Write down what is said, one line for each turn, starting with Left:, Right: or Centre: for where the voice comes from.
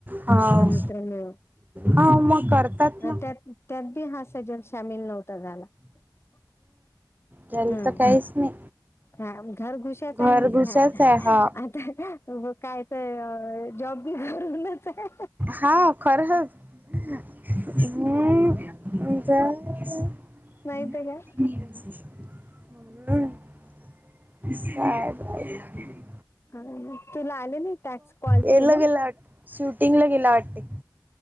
Right: हाव
Left: मित्र मित्र मिळून.
Right: हाव मग करतात ना
Left: अ त्यात त्यात बी हा सजग सामील नव्हता झाला. <inaudible>
Right: त्यांल
Left: हम्म
Right: काहीच नाही.
Left: हा म घर घुशाच
Right: घरगुतीच
Left: आहे म्हण की हा,
Right: आहे हा
Left: आता मग काय ते जॉब बी घरूनच हाय.
Right: हा खरंच <unintelligible> <inaudible>
Left: माहित आहे का
Right: <unintelligible>
Left: हा ना. तुला आले नाही टॅक्स कॉलचे
Right: याला
Left: <unintelligible>
Right: गेला वाट शूटिंगला गेला वाटते.